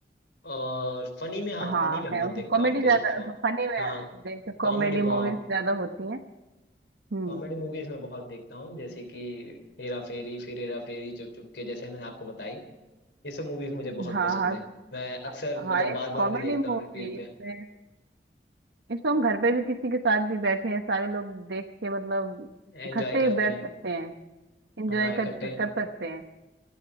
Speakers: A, on the left (about 85°); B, on the right (about 80°).
A: और फनी में हाँ
B: हाँ
A: फनी में
B: है
A: बहुत
B: उसमें
A: देखता
B: कॉमेडी
A: हूँ जैसे
B: ज्यादा
A: फ-
B: फनी में
A: हाँ
B: देखते
A: कॉमेडी
B: कॉमेडी
A: बहुत
B: मूवीज ज्यादा होती हैं हम्म
A: कॉमेडी मूवीज में बहुत देखता हूँ जैसे कि हेरा फेरी फिर हेरा फेरी चुप चुप के जैसे मैंने आपको बताई ये सब मूवीज मुझे बहुत
B: हाँ
A: पसंद
B: हाँ
A: है मैं अक्सर
B: हाँ
A: मतलब
B: एक
A: बार बार
B: कॉमेडी
A: भी देखता
B: मूवी
A: हूँ रिपीट
B: है
A: पे।
B: इसमें इसमें हम घर पे भी किसी के साथ भी बैठे हैं सारे लोग देख के मतलब
A: एंजॉय
B: इकट्ठे
A: करते
B: बैठ
A: हैं
B: सकते हैं इंजॉय
A: हाँ इकट्ठे
B: कर कर सकते हैं